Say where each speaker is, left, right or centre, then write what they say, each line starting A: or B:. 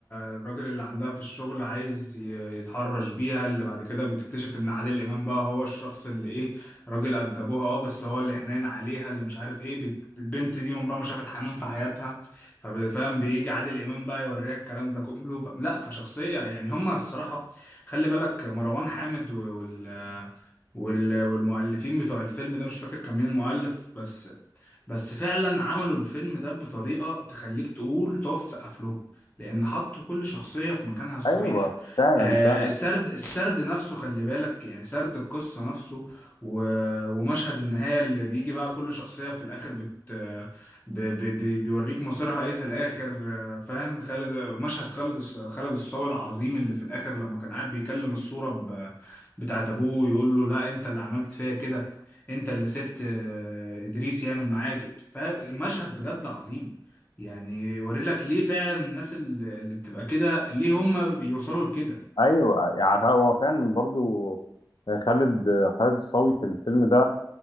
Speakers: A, on the left (about 25°); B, on the left (about 75°).
A: الراجل اللي عندها في الشغل عايز ي- يتحرش بيها اللي بعد كده بتكتشف ان عادل امام بقى هو الشخص اللي ايه راجل قد ابوها اه بس هو اللي حنين عليها اللي مش عارف ايه بت- البنت دي عمرها ما شافت حنان في حياتها فاهم بيجي عادل امام بقى يوريها الكلام ده كله ف... لا فشخصية يعني هما الصراحة خلي بالك مروان حامد و- وال وال... والمؤلفين بتوع الفيلم ده مش فاكر كان مين المؤلف بس بس فعلا عملوا الفيلم ده بطريقة تخليك تقول تقف تسقف لهم لأن حطوا كل شخصية في مكانها الصحيح
B: ايوه فعلا
A: آه
B: فعلا
A: السرد السرد نفسه خلي بالك يعني سرد القصة نفسه و... ومشهد النهاية اللي بيجي بقى كل شخصية في الآخر بت... ب... ب... ب... بيوريك مصيرها إيه في الآخر آه فاهم خالد مشهد خالد الص... خالد الصاوي العظيم اللي في الآخر لما كان قاعد بيكلم الصورة بتاعت ابوه يقول له لا انت اللي عملت فيا كده انت اللي سبت آه، ادريس يعمل معاك فالمشهد بجد عظيم يعني يوري لك ليه فعلا الناس اللي اللي بتبقى كده ليه هم بيوصلوا لكده
B: ايوه يعني هو فعلا برضو خالد خالد الصاوي في الفيلم ده